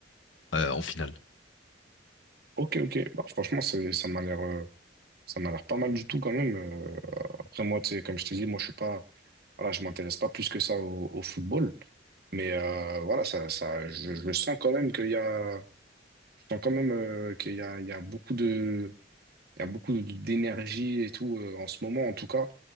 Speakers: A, on the left; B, on the right.
A: euh, en finale.
B: Ok, ok. Bah, franchement, c'est, ça m'a l'air, euh, Ça m'a l'air pas mal du tout quand même. Euh, après moi, tu sais, comme je t'ai dit, moi je suis pas, voilà, je m'intéresse pas plus que ça au, au football. Mais euh, voilà, ça, ça, je, je sens quand même qu'il y a, je sens quand même euh, qu'il y a, il y a beaucoup de, il y a beaucoup d'énergie et tout euh, en ce moment en tout cas.